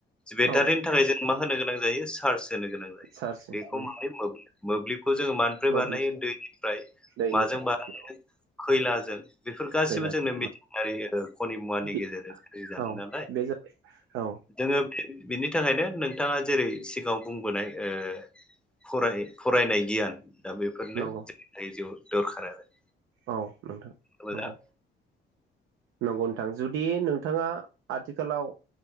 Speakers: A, in the centre; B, on the right (about 85°).
A: बेटारिनि
B: औ
A: थाखाय जों मा होनो गोनां जायो चार्ज होनो गोनां जायो
B: चार्जजों
A: बेखौ
B: उम
A: मारै मोब्लिब मोब्लिब खौ जोङो मानिफ्राय
B: मोब्लिब
A: बानायो दैनिफ्राय
B: दैनिफ्राय
A: माजों बानायो
B: औ
A: खैलाजों बेफोर गासैबो
B: खैलानि
A: <unintelligible> खनि मुवानि
B: बे
A: गेजेरजों <unintelligible>
B: औ
A: नालाय
B: बे जाबाय औ
A: जोङो। बिनि थाखायनो नोंथाङा जेरै सिगाङाव बुंबोनाय ओ फराय-फरायनाय गियान दा बेफोरनो
B: नंगौ
A: <unintelligible> दरखार आरो
B: औ नोंथां
A: मोजां
B: नंगौ नंगौ नोंथां जुदि नोंथाङा आथिखालाव